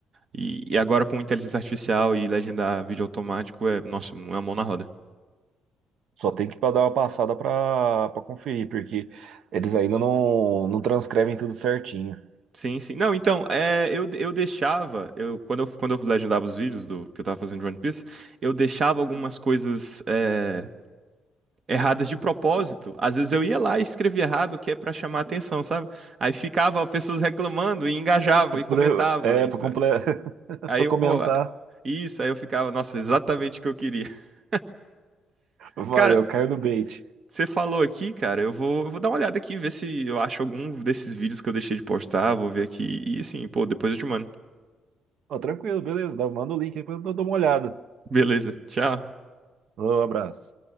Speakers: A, on the right; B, on the right.
A: E, e agora com inteligência artificial e legendar vídeo automático é, nossa, é uma mão na roda.
B: Só tem que pa- dar uma passada para pra conferir, porque eles ainda não, não transcrevem tudo certinho.
A: Sim, sim. Não, então, é, eu, eu deixava, eu, quando eu, quando eu legendava os vídeos do que eu tava fazendo de One Piece, eu deixava algumas coisas é, erradas de propósito. Às vezes eu ia lá e escrevia errado, que é pra chamar atenção, sabe? Aí ficava pessoas reclamando e engajava
B: Pra
A: e
B: poder,
A: comentava.
B: é,
A: Então,
B: para <laughs> comple...
A: aí
B: pra
A: eu,
B: comentar.
A: pô, isso, aí eu ficava, nossa, exatamente o que eu queria. <laughs>
B: Valeu,
A: Cara,
B: caiu no bait.
A: você falou aqui, cara, eu vou, eu vou dar uma olhada aqui, ver se eu acho algum desses vídeos que eu deixei de postar, vou ver aqui e assim, pô, depois eu te mando.
B: Ó, tranquilo, beleza. dá- Manda o link aí que eu dou dou uma olhada.
A: Beleza, tchau.
B: Um abraço.